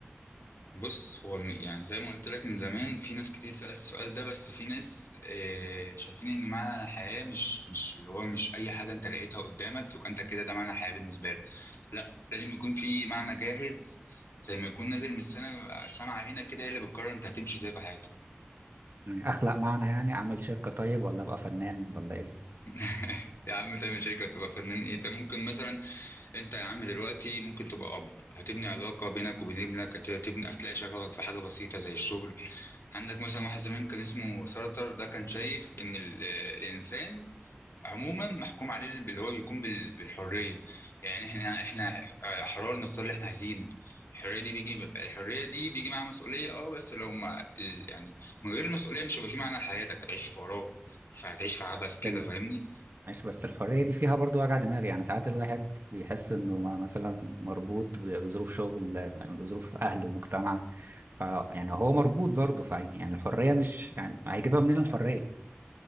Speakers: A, on the left; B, on the right.
A: بص هو م- يعني زي ما قلت لك من زمان في ناس كتير سألت السؤال ده بس في ناس آه، شايفين ان معنى الحياة مش مش اللي هو مش اي حاجة انت لقيتها قدامك يبقى انت كده ده معنى الحياة بالنسبة لك لا لازم يكون في معنى جاهز زي ما يكون نازل من السما السما علينا كده هي اللي بتقرر انت هتمشي ازاي في حياتك
B: يعني اخلق معنى يعني اعمل شركة طيب ولا ابقى فنان ولا ايه
A: <laughs> يا عم تعمل شركة تبقى فنان ايه انت ممكن مثلا انت يا عم دلوقتي ممكن تبقى اب هتبني علاقة بينك وبين ابنك هت- هتبني هتلاقي شغفك في حاجة بسيطة زي الشغل عندك مثلا واحد زمان كان اسمه سارتر ده كان شايف ان ال- آه، الانسان عموما محكوم عليه باللي هو بيكون بال- بالحريه يعني احنا احنا احرار نختار اللي احنا عايزينه الحريه دي بيجي الحريه دي بيجي معاها مسؤوليه اه بس لو ما ال- يعني من غير المسؤوليه مش هيبقى في معنى لحياتك هتعيش في فراغ فهتعيش في عبث
B: بس
A: كده
B: ال...
A: فاهمني
B: ماشي بس الحرية دي فيها برضو وجع دماغ يعني ساعات الواحد بيحس انه ما- مثلا مربوط ب- بظروف شغل بظروف اهله ومجتمع ف يعني هو مربوط برضه ف يعني الحرية مش يعني هيجيبها منين الحرية